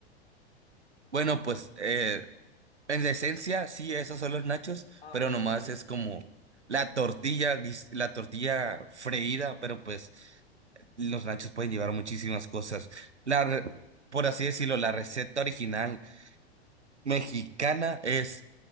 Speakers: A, on the right; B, on the left.
A: Bueno, pues eh, en esencia sí, esos son los nachos,
B: Ah,
A: pero
B: bueno,
A: nomás
B: bien, bien.
A: es como la tortilla, guis- la tortilla freída, pero pues Los nachos pueden llevar muchísimas cosas. La, re- por así decirlo, la receta original mexicana es